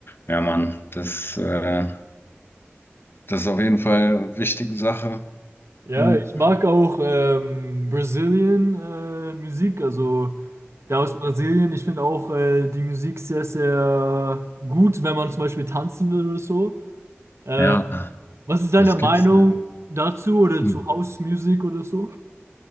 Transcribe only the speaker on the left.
ja, Mann, das, äh, das ist auf jeden Fall eine wichtige Sache.
Hm.
Ja,
was gibt's
denn?
Hm.